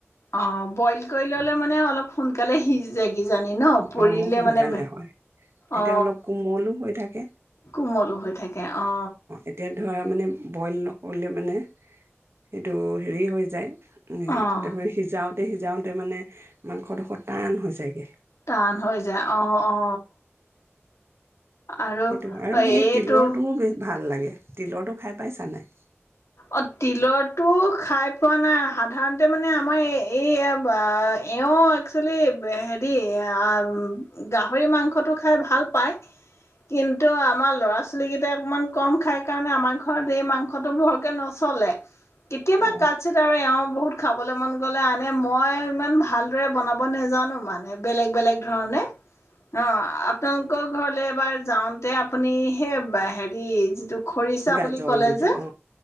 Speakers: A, on the left; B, on the right.
A: অ বইল কৰি ললে মানে অলপ সোনকালে সিজি যাই কি জানি ন, পুৰিলে
B: অ সোনকালে
A: মানে,
B: হয় তেতিয়া
A: অ।
B: অলপ কোমলো হৈ থাকে
A: কোমলো হৈ থাকে, অ।
B: এতিয়া ধৰা মানে, বইল নকৰিলে মানে, সেইটো হেৰি হৈ যায় উ সেই,
A: অ'।
B: তাৰপৰা সিজাও তাতে সিজাওঁতে মানে মাংসডোখৰ টান হৈ যায়গে।
A: টান হৈ যায় অ অ। আৰু
B: সেইটো, আৰু
A: এইটো
B: সেই তিলৰটোও ভাল লাগে। তিলৰটো খাই পাইছা নাই?
A: অ তিলৰ টো খাই পোৱা নাই। সাধাৰণতে মানে আমাৰ এই এই এওঁ একচুৱেলি হেৰি আ গাহৰি মাংসটো খাই ভাল পায়, কিন্তু আমাৰ ল'ৰা ছোৱালীকেইটাই অকণমান কম খাই কাৰণে আমাৰ ঘৰত এই মাংসটো বৰ কে নচলে। কেতিয়াবা
B: অ
A: কাটচিট আৰু এ‌ওঁ বহুত খাবলৈ মন গ'লে আনে, মই ইমান ভালদৰে বনাব নেজানো মানে। বেলেগ বেলেগ ধৰণে। অ, আপোনালোকৰ ঘৰলে এইবাৰ যাওঁতে আপুনি সেই হেৰি, যি টো খৰিছা
B: গাজৰ
A: বুলি ক'লে
B: যিটো
A: যে,
B: অ